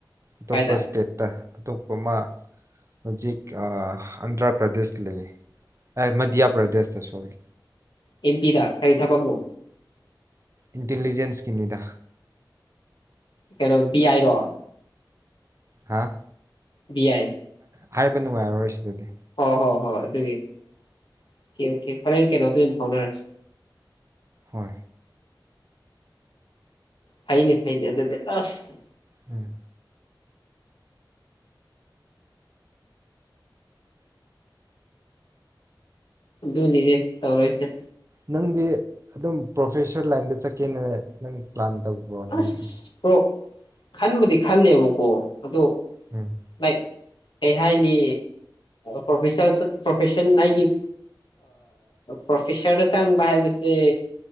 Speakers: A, on the right; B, on the left.
A: ꯑꯇꯣꯞꯄ
B: ꯀꯥꯏꯗ
A: ꯏꯁꯇꯦꯠꯇ ꯑꯇꯣꯞꯄ ꯑꯃ ꯍꯧꯖꯤꯛ ꯑꯟꯗ꯭ꯔꯥ ꯄ꯭ꯔꯗꯦꯁ ꯂꯩ ꯃꯙ꯭ꯌꯥ ꯄ꯭ꯔꯗꯦꯁꯇ ꯁꯣꯔꯤ
B: ꯑꯦꯝ ꯄꯤꯗ ꯀꯔꯤ ꯊꯕꯛꯅꯣ
A: ꯏꯟꯇꯂꯤꯖꯦꯟꯁꯀꯤꯅꯤꯗ
B: ꯀꯩꯅꯣ ꯑꯥꯏꯔꯣ
A: ꯍꯥꯥ
B: ꯕꯤ ꯑꯏ
A: ꯍꯥꯏꯕ ꯅꯨꯡꯉꯥꯏꯔꯔꯣꯏ ꯁꯤꯗꯗꯤ
B: ꯍ ꯍꯣꯏ ꯍꯣꯏ ꯑꯗꯨꯒꯤꯀꯦ ꯐꯔꯦꯟ ꯀꯩꯅꯩꯅꯣ ꯑꯗꯨ ꯐꯥꯎꯅꯔꯁꯤ
A: ꯍꯣꯏ
B: ꯐꯩꯅꯤ ꯐꯩꯅꯤ ꯑꯗꯨꯗꯤ ꯑꯁ
A: ꯎꯝ
B: ꯑꯗꯨꯅꯤꯅꯦ ꯇꯧꯔꯁꯦ
A: ꯅꯪꯗꯤ ꯑꯗꯨꯝ ꯄ꯭ꯔꯣꯐꯦꯁꯔ ꯂꯥꯏꯟꯗ ꯆꯠꯀꯦꯅꯅꯦ ꯅꯪ ꯄ꯭ꯂꯥꯟ ꯇꯧꯕ꯭ꯔꯣ ꯅꯪꯒꯤꯁꯦ
B: ꯑꯁ ꯄꯣ ꯈꯟꯕꯗꯤ ꯈꯂꯦꯕꯀꯣ ꯑꯗꯨꯗꯣ
A: ꯎꯝ
B: ꯂꯩ ꯀꯩ ꯍꯥꯏꯅꯤ ꯄꯣ ꯄ꯭ꯔꯣꯐꯦꯁꯟ ꯑꯩꯒꯤ ꯄ꯭ꯔꯣꯐꯦꯁꯔꯗ ꯆꯪꯕ ꯍꯥꯏꯕꯁꯦ